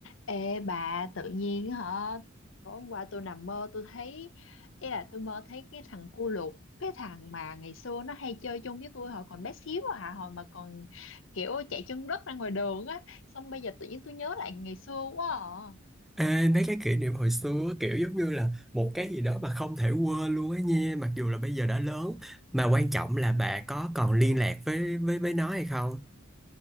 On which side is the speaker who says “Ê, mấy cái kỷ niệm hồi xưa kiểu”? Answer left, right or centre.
Centre